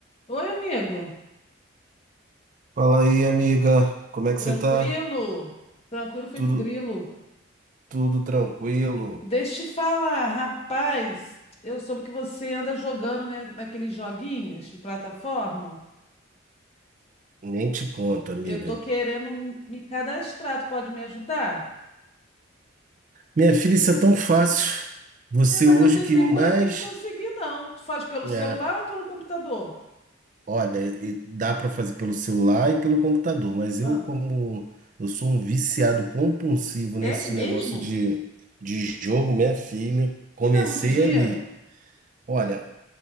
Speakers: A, on the left (about 30°); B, on the right (about 40°).
A: Oi, amigo.
B: Fala aí, amiga. Como é
A: Tranquilo?
B: que você tá?
A: Tranquilo feito
B: Tudo,
A: grilo.
B: tudo tranquilo?
A: Deixa eu te falar, rapaz. Eu soube que você anda jogando, né, naqueles joguinhos de plataforma.
B: Nem te conto, amiga.
A: Eu tô querendo me cadastrar. Tu pode me ajudar?
B: Minha filha, isso é tão fácil. Você
A: É, mas
B: hoje
A: eu tentei
B: que mais.
A: por aqui, e não consegui, não. Tu faz pelo
B: é,
A: celular ou pelo computador?
B: olha, e dá para fazer pelo celular e pelo computador, mas
A: Ah,
B: eu, como eu sou um viciado compulsivo
A: é
B: nesse
A: mesmo?
B: negócio de, de jogo, minha filha, comecei
A: E dá muito dinheiro?
B: ali. Olha,